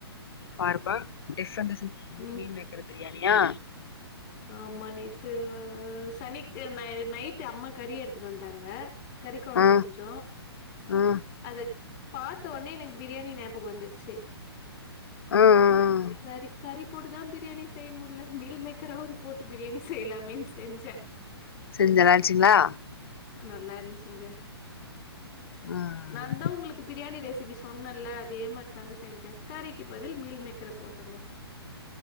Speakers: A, on the left; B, on the left.
A: பாருப்பா டிஃப்ரெண்டா செஞ்சுருக்கீங்க
B: ம்
A: மீல் மேக்கர் பிரியாணியா
B: ஆமா நைட்டு சனிக்கு ந நைட்டு அம்மா கறி எடுத்துட்டு வந்தாங்க கறி கொழம்பு
A: ஆ
B: செஞ்சோ
A: ஆ ஆ
B: அத பாத்தவொன்னே எனக்கு பிரியாணி ஞாபகம் வந்துருச்சு
A: ஆ ஆ.
B: சரி கறி போட்டுதா பிரியாணி செய்ய முடில மீல் மேக்கராாவது போட்டு பிரியாணி செய்யலாமேனு செஞ்ச
A: செஞ்சு நல்லாருச்சுங்களா
B: நல்லா இருந்துச்சிங்க
A: ம்
B: நான் தா உங்களுக்கு பிரியாணி ரெசிபிஸ் சொன்னல்ல அதே மாரி தாங்க செஞ்ச கறிக்கு பதில் மீல் மேக்கர போட்டேங்க